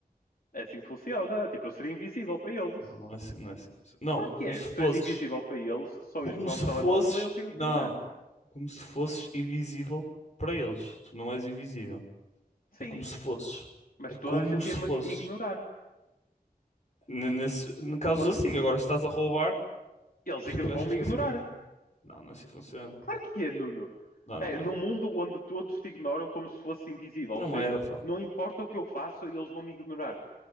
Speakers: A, on the left; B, on the left.
A: é assim que funciona. Tipo, eu seria invisível para eles.
B: Não, não é assim, não é assim. Não,
A: Claro que
B: como
A: é.
B: se
A: Se tu
B: fosses.
A: és invisível para eles, tu só
B: Como
A: ias pegar
B: se
A: um telemóvel
B: fosses.
A: e eles iam ignorar-te.
B: Não. Como se fosses invisível para eles. Tu não és invisível.
A: Sim.
B: É como se fosses.
A: Mas
B: É como
A: toda a gente
B: se
A: ia-me
B: fosses.
A: ignorar.
B: N- Nesse, em casos
A: Quando
B: assim. Agora, se estás a roubar,
A: eles
B: acho
A: ign-
B: que achas
A: vão-me
B: que
A: ignorar.
B: é assim que funciona? Não, não é assim que funciona.
A: Claro que é, Nuno.
B: Não,
A: É,
B: não
A: num
B: é.
A: mundo onde todos te ignoram como se fosse invisível.
B: Não
A: Ou seja,
B: é, Rafael.
A: não importa o que eu faço, eles vão me ignorar.